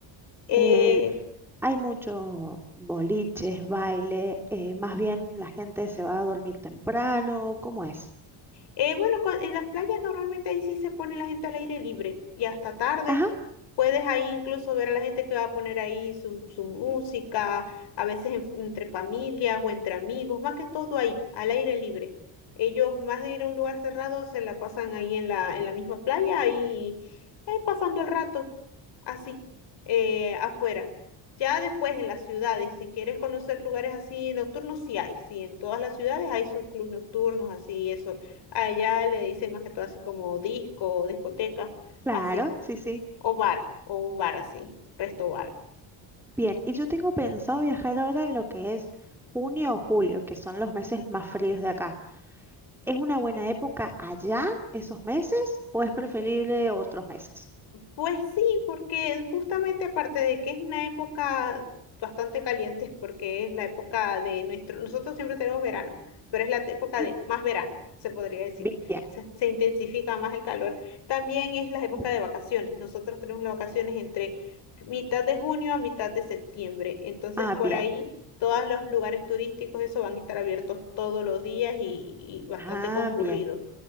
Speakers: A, on the left; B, in the centre.
A: eh,
B: Eh, Hay muchos boliches, baile, eh, más bien la gente se va a dormir temprano, ¿cómo es?
A: Eh, bueno, con- en las playas normalmente ahí sí se pone la gente al aire libre y hasta tarde.
B: Ajá,
A: Puedes ahí incluso ver a la gente que va a poner ahí su, su música, a veces en- entre familias o entre amigos, más que todo ahí, al aire libre. Ellos, más de ir a un lugar cerrado, se la pasan ahí en la, en la misma playa, ahí eh, pasando el rato, así, eh, afuera. Ya después en las ciudades, si quieres conocer lugares así nocturnos, sí hay, sí, en todas las ciudades hay sus clubes nocturnos, así, eso Allá le dicen más que todo así como disco, o discoteca,
B: claro,
A: así,
B: sí, sí.
A: o bar, o un bar así, resto bar.
B: Bien, y yo tengo pensado viajar ahora en lo que es junio o julio, que son los meses más fríos de acá. ¿Es una buena época allá, esos meses, o es preferible otros meses?
A: Pues sí, porque justamente aparte de que es una época bastante caliente, porque es la época de nuestro, nosotros siempre tenemos verano, pero es la época
B: Ujú,
A: de más verano, se podría decir.
B: Bien.
A: Se, se intensifica más el calor. También es la época
B: ujú.
A: de vacaciones. Nosotros tenemos las vacaciones entre mitad de junio a mitad de septiembre. Entonces,
B: Ah,
A: por
B: bien.
A: ahí, todos los lugares turísticos, eso van a estar abiertos todos los días y, y bastante
B: Ah,
A: concurridos.
B: bien.